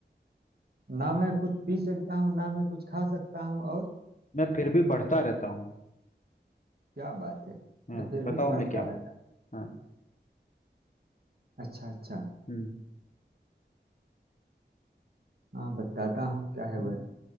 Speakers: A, on the right; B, on the left.
A: ना मैं कुछ पी सकता हूँ ना मैं कुछ खा सकता हूँ और
B: मैं फिर भी बढ़ता रहता हूँ
A: क्या बात है
B: हाँ
A: मैं फिर
B: बताओ
A: भी पढ़ता
B: मैं क्या हूँ
A: रहता
B: हाँ
A: हूँ। अच्छा अच्छा
B: हम्म
A: हाँ बताता हूँ क्या है
B: हम्म,
A: वह